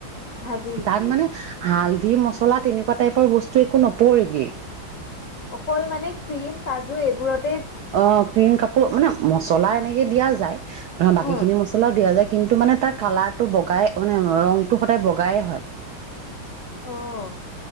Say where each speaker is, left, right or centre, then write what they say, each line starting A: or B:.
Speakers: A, on the left (about 65°); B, on the right (about 80°).
A: ভাজি
B: তাত
A: দিয়ে।
B: মানে হাল দি মছলা তেনেকুৱা টাইপৰ বস্তু একো নপৰেগে
A: অকল মানে ক্ৰীম কাজু এইবোৰত
B: অ ক্ৰীম কাপোৰ মানে মছলা তেনেকে দিয়া যায় ধৰা বাকী
A: অ',
B: খিনি মছলাও দিয়া যায় কিন্তু মানে তাৰ কালাৰটো বগাই মানে ৰংটো সদায় বগাইে হয়
A: অ',